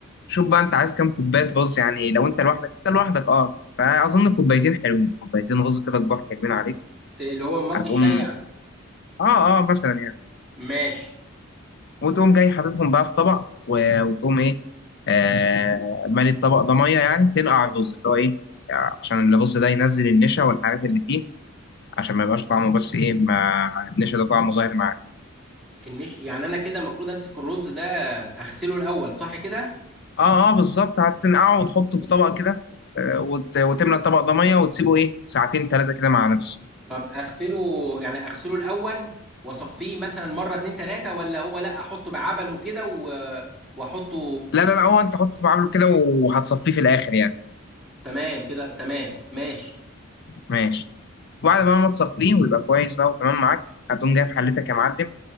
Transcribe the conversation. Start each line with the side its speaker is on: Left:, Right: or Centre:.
Left: شوف بقى انت عايز كام كوباية رز يعني لو انت لوحدك انت لوحدك اه فاظن كوبايتين حلوين كوبايتين رز كده كبار حلوين عليك
Centre: اللي هو مج
Left: هتقوم
Centre: الشاي يعني
Left: اه اه مثلا يعني
Centre: ماشي
Left: وتقوم جاي حاططهم بقى في طبق و... وتقوم ايه آه مالي الطبق ده ميه يعني تنقع الرز اللي هو ايه عشان الرز ده ينزل النشا والحاجات اللي فيه عشان ما يبقاش طعمه بس ايه ما النشا ده طعمه ظاهر معاك
Centre: النش يعني انا كده المفروض امسك الرز ده اغسله الاول صح كده
Left: اه اه بالظبط هتنقعه وتحطه في طبق كده آه وت... وتملى الطبق ده ميه وتسيبه ايه ساعتين ثلاثه كده مع نفسه
Centre: طب اغسله يعني اغسله الاول واصفيه مثلا مره اتنين تلاته ولا هو لا احطه بعبل وكده و- واحطه
Left: لا لا لا هو انت حطه بعامله كده وهتصفيه في الاخر يعني
Centre: تمام كده تمام ماشي
Left: ماشي وبعد بقى ما تصفيه ويبقى كويس بقى وتمام معاك هتقوم جايب حلتك يا معلم